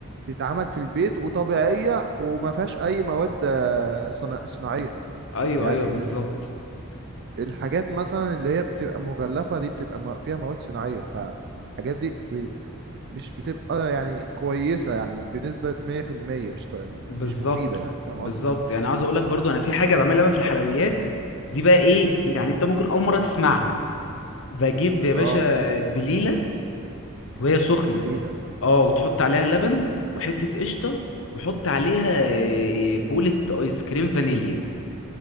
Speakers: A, on the right; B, on the left.
A: تتعمل في البيت وطبيعية وما فيهاش أي مواد آه، صنا- صناعية
B: ايوه
A: يعني
B: ايوه بالظبط
A: الح- الحاجات مثلا اللي هي بتبقى مغلفة دي بتبقى م- فيها مواد صناعية فالحاجات دي ب- مش بتبقى يعني كويسة يعني بنسبة 100% مش طي-
B: بالظبط
A: مش مفيدة يعني فاهم
B: بالظبط
A: قصدي؟
B: يعني عاوز اقول لك برضو انا في حاجه بعملها بقى في الحلويات دي بقى ايه
A: امم
B: يعني انت ممكن اول مره تسمعها بجيب يا باشا
A: اه
B: بليله وهي سخنه
A: بليلة
B: اه وتحط
A: امم
B: عليها لبن وحته قشطه وحط عليها إيه، بولة ايس كريم فانيليا